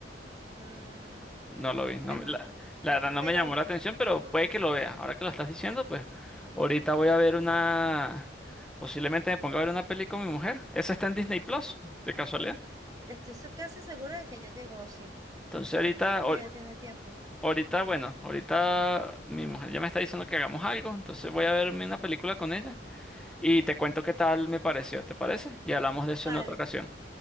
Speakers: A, on the right; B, in the centre.
A: Mm,
B: No lo vi. No,
A: bueno,
B: me- la, la verdad no
A: pero
B: me llamó la atención, pero puede que lo vea. Ahora que lo estás diciendo, pues
A: bueno,
B: ahorita voy a ver una... Posiblemente me ponga a ver una peli con mi mujer. Esa está en Disney Plus, de casualidad.
A: estoy se- casi segura de que ya llegó, sí.
B: Entonces ahorita,
A: Sí, porque
B: ahor-
A: ya tiene tiempo.
B: ahorita, bueno, ahorita mi mujer ya me está diciendo que hagamos algo. Entonces voy a verme una película con ella y te cuento qué tal me pareció, ¿te parece? Y hablamos de eso
A: Vale,
B: en otra ocasión.